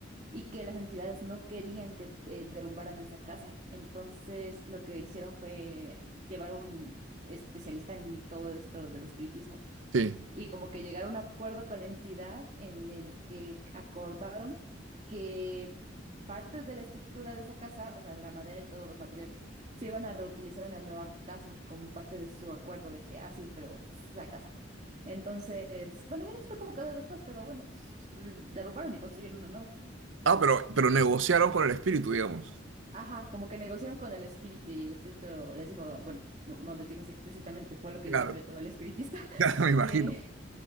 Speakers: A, on the right; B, on the right.
A: y que las entidades no querían que eh, derrumbaran esa casa. Entonces lo que hicieron fue llevar a un especialista en todo esto del espiritismo
B: sí.
A: y como que llegaron a un acuerdo con la entidad en el que acordaron que partes de la estructura de esa casa, o sea, la madera y todos los materiales, se iban a reutilizar en la nueva casa como parte de su acuerdo de que, ah, sí, pero pues, es la casa. Entonces, bueno, ya no supe cómo quedó después, pero bueno, pues, derrumbaron y construyeron una nueva.
B: Ah, pero, pero negociaron con el espíritu, digamos.
A: Ajá, como que negociaron con el espíritu y el espíritu les dijo, bueno, no, no les dijo así explícitamente, fue lo que
B: Claro,
A: interpretó el espiritista, <laughs>
B: <laughs> me imagino.
A: que